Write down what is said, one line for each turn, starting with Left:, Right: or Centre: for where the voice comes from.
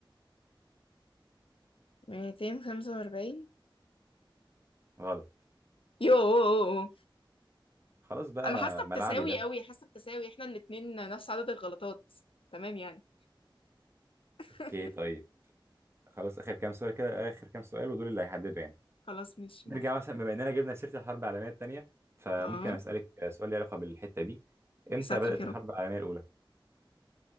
Left: ميتين خمسة وأربعين
Right: غلط
Left: يوه
Right: خلاص بقى
Left: أنا
Right: ما-
Left: حاسة
Right: ملعبي
Left: بتساوي
Right: ده
Left: قوي حاسة بتساوي احنا الاتنين نفس عدد الغلطات تمام يعني <laughs>
Right: اوكي طيب خلاص آخر كام سؤال كده آخر كام سؤال ودول اللي هيحددوا يعني
Left: خلاص ماشي
Right: نرجع
Left: موافقة
Right: مثلا بما إننا جبنا سيرة الحرب العالمية التانية فممكن
Left: اه
Right: أسألك سؤال له علاقة بالحتة دي إمتى
Left: يساترك
Right: بدأت
Left: يا
Right: الحرب
Left: رب
Right: العالمية الأولى؟